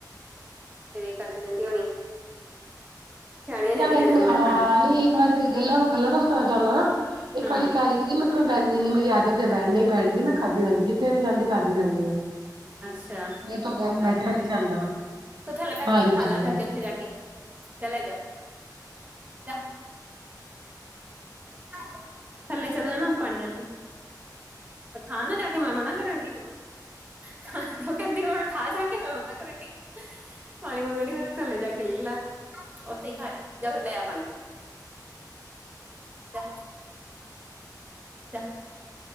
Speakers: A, on the right; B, on the right.
A: ਫੇਰ ਇਹ ਕਰਦੀ ਕਹਿੰਦੀ ਹੋਣੀ। ਕਣੇ
B: ਆ ਕਹਿੰਦੀ
A: ਇਨੇ ਦਿਨ ਮੈਂ
B: ਹਾਂ
A: ਕੱਲ
B: ਨੀ ਇੱਕ ਵਾਰ ਗੱਲਾਂ ਤੋਂ ਗੱਲਾਂ ਤੋਂ ਸੁਣਾ ਚਾਹੁੰਦਾ ਨਾ। ਇੱਕ
A: ਹੂੰ
B: ਵਾਰੀ ਕਹਿ ਰੀ ਕਿ ਮਤਲਬ ਬਹਿੰਦੀ ਨਹੀ ਮੇਰੀ ਆਦਤ ਬਹਿਣ ਨਹੀਂ ਬਹਿਣ ਦੀ ਮੈਂ ਖਾਂਦੀ ਰਹਿੰਦੀ ਆ ਜਿੱਥੇ ਵੀ ਜਾਂਦੀ ਆ ਖਾਂਦੀ ਰਹਿੰਦੀ ਆ
A: ਅੱਛਾ,
B: ਇਹ ਤਾਂ
A: ਚੰਗਾ
B: ਬੈਠਾ
A: ਫਿਰ
B: ਨੀ
A: ਤੇਰੇ,
B: ਜਾਂਦਾ
A: ਤੂੰ ਥੱਲੇ ਬੈਠ
B: ਹਾਂਜੀ।
A: ਕੇ ਖਾ ਲੈ ਜਾ ਕੇ ਉੱਥੇ ਜਾ ਕੇ, ਜਾ ਲੈ ਜਾ ਜਾ ਥੱਲੇ ਚੱਲ ਜਾ ਨਾ ਪਾਣੀ ਚੱਲਦੀ ਤੇ ਖਾਂ ਨਾ ਜਾ ਕੇ ਮੈਂ ਮਨਾ ਕਰਨ ਦੀ ਤੈਨੂੰ ਖਾਣ ਨੂੰ ਕਹਿੰਦੀ ਹੋ ਖਾ ਜਾ ਕੇ ਮੈੰ ਮਨਾ ਕਰਨ ਦੀ ਪਾਣੀ ਮੰਗਣ ਦੀ ਮੈਂ ਕਿਹਾ ਤੇ ਥੱਲੇ ਜਾ ਲੈ ਲਾ ਉੱਥੇ ਹੀ ਖਾ ਲਈ ਜਾਂ ਫਿਰ ਲੈ ਆ ਪਾਣੀ ਅ ਜਾ